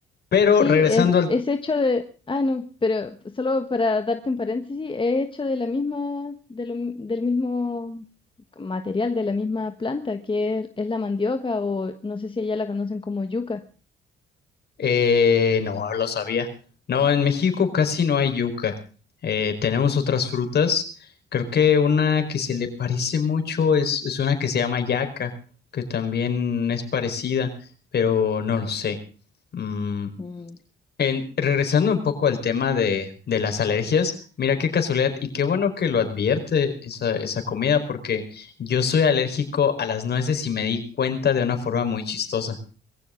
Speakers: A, on the left (about 55°); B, on the left (about 25°).
A: Pero
B: Sí,
A: regresando
B: es,
A: al
B: es hecho de, ah, no, pero solo para darte un paréntesis, es hecho de la misma, de lo mi- del mismo material, de la misma planta, que es, es la mandioca o no sé si allá la conocen como yuca.
A: Eh, no, lo sabía. No, en México casi no hay yuca. Eh, tenemos otras frutas. Creo que una que se le parece mucho es, es una que se llama yaca, que también es parecida, pero no lo sé. Mm,
B: Mm.
A: en- regresando un poco al tema de, de las alergias, mira qué casualidad y qué bueno que lo advierte esa, esa comida, porque yo soy alérgico a las nueces y me di cuenta de una forma muy chistosa.